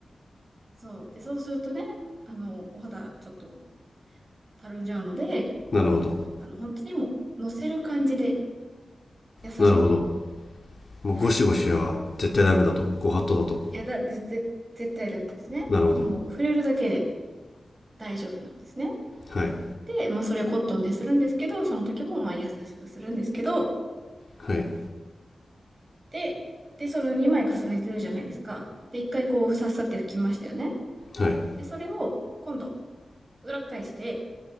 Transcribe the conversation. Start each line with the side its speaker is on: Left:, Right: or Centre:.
Right: そう。で、そうするとね、あの、お肌ちょっとたるんじゃうので、
Left: なるほど
Right: そう、あの、本当にもう乗せる感じで優しく。
Left: なるほどもうゴシゴシは絶対ダメだとご法度だと
Right: はい。いやだ、ぜ、ぜ、絶対ダメですね。
Left: なるほど
Right: もう触れるだけで大丈夫なんですね。
Left: はい
Right: で、まあそれをコットンでするんですけど、その時もまあ優しくするんですけど、
Left: はい
Right: で、で、その2枚重ねてるじゃないですか。で、1回こう、さっさって拭きましたよね。
Left: はい
Right: で、それを、今度、裏返して、